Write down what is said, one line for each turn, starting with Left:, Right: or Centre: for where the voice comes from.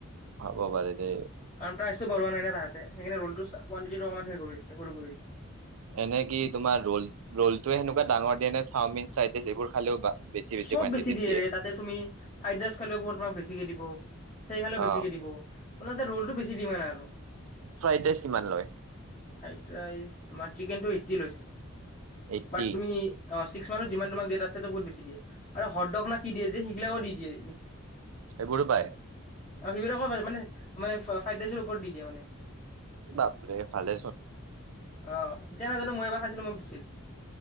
Right: হব পাৰে দে।
Left: কাৰণ প্ৰাইচটো বঢ়োৱা নাই না তাঁহাতে সেইকাৰণে ৰ'লটো কুৱান্তিটিটো অকমান হেৰি কৰিছে সৰু কৰিছে।
Right: এনে কি তোমাৰ ৰ'ল ৰ'লটোৱে সেনেকুৱা ডাঙৰ দিয়ে নে চাওমিন ফ্ৰাইদৰাইচ এইবোৰ খালেও বেছি
Left: চব
Right: কুৱানটিটিত
Left: বেছি দিয়েৰে
Right: দিয়ে?
Left: তাতে তুমি, ফ্ৰাইদেৰাইচ <unintelligible> তোমাক বেছিকে দিব। সেই খালে
Right: অ',
Left: বেছিকে দিব, মানে তাত ৰ'লটো বেছি ডিমাণ্ড মানে আৰু।
Right: ফ্ৰাইড ৰাইচ কিমান লয়?
Left: ফ্ৰাইড ৰাইচ তোমাৰ চিকেনটো এইটি লৈছে,
Right: এইট্টি
Left: বাট তুমি অহ চিক্স মানত যিমানটোমান দেইট আছে ত' বহুত বেছি দিয়ে আৰু হতডগ না কি দিয়ে যে সেইগিলাও দি দিয়ে।
Right: সেইবোৰো পাই।
Left: অ', সেইবিলাকো পাই, মানে মানে ফ্ৰাইডৰাইচৰ ওপৰত দি দিয়ে মানে।
Right: বাপৰে ভালেচোন।
Left: অ', এতিয়া নাজানো মই এবাৰ খাইছিলো মোক দিছিল।